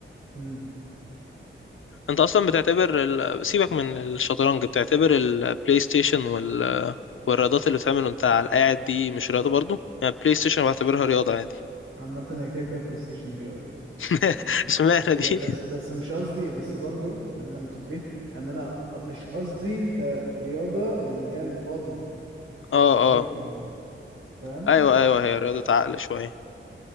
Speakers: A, on the right; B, on the left.
A: مم.
B: انت اصلا بتعتبر ال... سيبك من الشطرنج بتعتبر البلاي ستيشن وال... والرياضات اللي بتعمل وانت على القاعد دي مش رياضة برضو يعني البلاي ستيشن بعتبرها رياضة عادي
A: عامة هي كده كده بلاي ستيشن رياضة اصلا
B: <laughs>
A: يعني
B: اشمعنى
A: هي
B: دي
A: بس بس مش قصدي بس برضو خلينا متفقين ان انا مش قصدي كرياضة من اللي هي البادي هتبقى
B: اه
A: البرين
B: اه
A: فاهم
B: ايوه ايوه هي رياضة عقل شوية